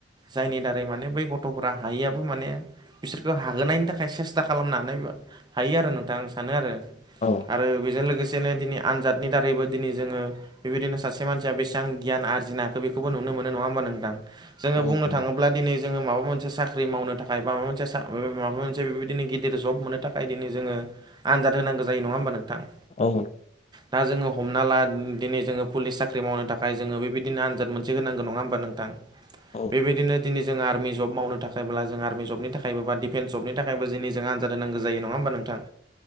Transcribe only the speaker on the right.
जायनि दारै माने बै ग गथ'फ्रा हायिआबो माने बिसोरखौ हाहोनायनि थाखाय सेस्था खालाम होनानै हायो आरो नोंथां आं सानो आरो।
आरो बेजों लोगोसेनो दिनै आनजादनि दारैबो दिनै जोङो बेबायदिनो सासे मानसिया बेसेबां गियान आरजि ना हाखो बेखौबो नुनो मोनो नङा होनबा नोंथां जोङो
बुंनो थाङोब्ला दिनै जोङो माबा मोनसे साख्रि मावनो थाखाय बा माबा मोनसे माबा मोनसे बेबायदिनो गिदिर जब मोननो थाखाय दिनै जोङो आनजाद होनांगौ जायो नङा होनबा नोंथां।
दा जोङो हमना ला दिनै जोङो पुलिस साख्रि मावनो थाखाय जोङो बेबायदि बिदिनो आनजाद मोनसे होनांगौ नङा होमबा नोंथां।
बेबायदिनो दिनै जों आरमि जब मावनो थाखायब्ला जों आरमि जबनि थाखाय बा डिफेन्स जबनि थाखाय थाखायबो दिनै जों आनजाद होनांगौ जायो नङा होमबा नोंथां।